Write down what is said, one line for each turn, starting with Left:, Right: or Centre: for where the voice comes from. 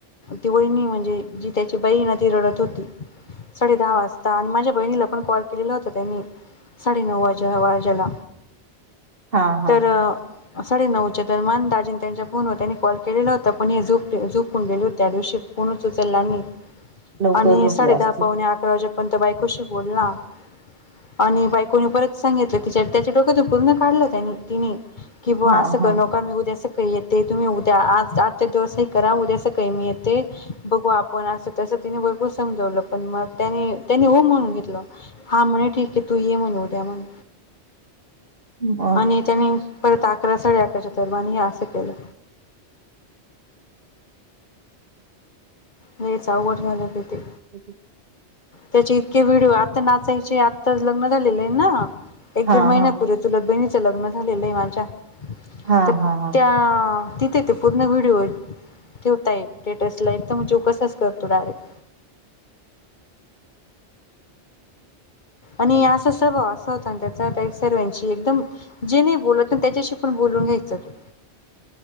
Left: ती वहिणी म्हणजे, जी त्याची बाई आहे ना ती रडत होती. साडे दहा वाजता आणि माझ्या बहिणीला पण कॉल केलेला होता त्यानी. साडेनऊ वाज वाज्याला.
Right: हा हा
Left: तर साडे नऊच्या दरम्यान दाजीन त्यांच्या फोनवर त्यांनी कॉल केलेला होता. पण हे झोपले झोप झोपून गेले होते त्या दिवशी. फोनच उचलला नाही.
Right: लवकर
Left: आणि
Right: झोपले
Left: साडे दहा
Right: असतील
Left: पावणे अकरा वाजे पर्यंत तो बायकोशी बोलला. आणि बायकोनी परत सांगितल तिच्या त्याच्या डोक्यातून पूर्ण काढल त्याने तिनी. कि बवा
Right: हा
Left: अस
Right: हा
Left: करू नका. मी उद्या सकाळी येते. तुम्ही उद्या आज आजच्या दिवस हे करा. उद्या सकाळी मी येते. बघू आपण असं तसं त्यानी भरपूर समजवलं पण मग त्यानी त्यांनी हो म्हणून घेतलं. हां म्हणे ठीक आहे तू ये म्हणे उद्या म्हणे.
Right: मग
Left: आणि त्यानी परत अकरा साडे अकराच्या दरम्यान हे असं केलं. लईच अवघड झालंय बाई ते.
Right: <inaudible>
Left: त्याचे इतके व्हिडिओ आता नाचायचे आताच लग्न झालेले आहे ना एक
Right: हा
Left: दीड महिना
Right: हा
Left: पूर्वी चुलत बहिणीचं लग्न झालेलं आहे माझ्या
Right: हा
Left: तर
Right: हा हा
Left: त्या तिथे ते पूर्ण व्हिडिओ ठेवता येईल स्टेटसला एकदम जोकसाच करतो डायरेक्ट. आणि असं सर्व असं होतं आणि त्याच त्या एक सर्वांची एकदम जे नाही बोलत ना त्याच्याशी पण बोलून घ्यायचं तू.